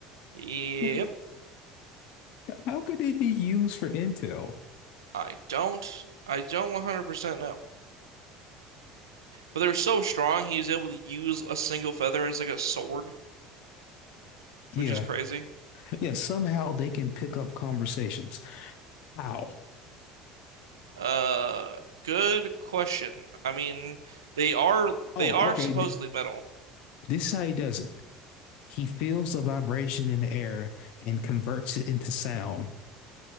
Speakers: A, on the right; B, on the left.
A: Yep,
B: <laughs> How could they be used for intel?
A: I don't I don't 100% know. But they were so strong, he was able to use a single feather as like a sword,
B: Yeah.
A: which is crazy.
B: Yeah. Somehow they can pick up conversations. How?
A: Uh, good question. I mean, they are
B: Oh,
A: they are
B: okay.
A: supposedly metal.
B: This is how he does it. He feels the vibration in the air and converts it into sound.